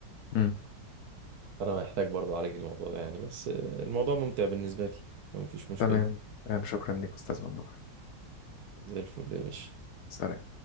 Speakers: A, on the left (about 70°); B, on the right (about 70°).
A: أمم.
B: فانا محتاج برضه اعالج الموضوع ده يعني بس الموضوع ممتع بالنسبه لي فمفيش مشكله
A: تمام تمام شكرا لك أستاذ ممدوح
B: زي الفل يا باشا
A: سلام